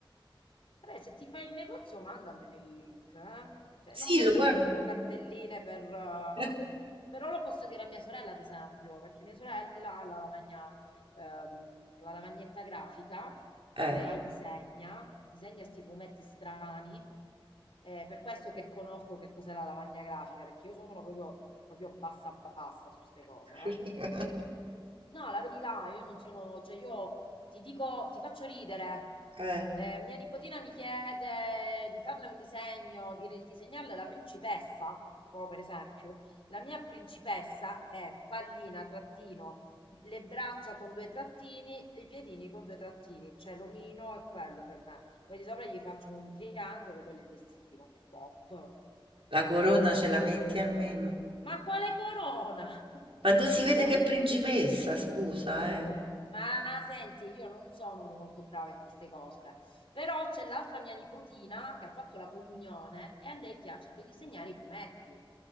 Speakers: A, on the left; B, on the right.
A: Vabbè, se ti fai il negozio, mandameli il link, eh. Cioè,
B: Sì,
A: non penso
B: lo guardo.
A: che compro cartelline per... eh,
B: <laughs>
A: Però lo posso dire a mia sorella, ad esempio, perché mia sorella ha la lavagna, ehm, la lavagnetta grafica,
B: Eh.
A: lei disegna, disegna sti fumetti strani, eh, per questo che conosco che cos'è la lavagna grafica, perché io sono proprio, proprio bassa bassa su ste cose,
B: <laughs>
A: eh. No, la verità, io non sono, cioè io ti dico, ti faccio ridere.
B: Eh,
A: Eh, mia nipotina mi chiede di farle un disegno, di ridisegnarle la principessa, proprio per esempio. La mia principessa è pallina, trattino, le braccia con due trattini, i piedini con due trattini, cioè l'omino è quello per me. Poi di sopra gli faccio un triangolo, quello è il vestitino, stop.
B: la corona ce la metti almeno.
A: Ma quale corona? <laughs>
B: Ma tu si vede
A: No.
B: che è principessa, scusa, eh.
A: Ma senti, io non sono molto brava in queste cose, però c'è l'altra mia nipotina che ha fatto la comunione e a lei piace disegnare i fumetti.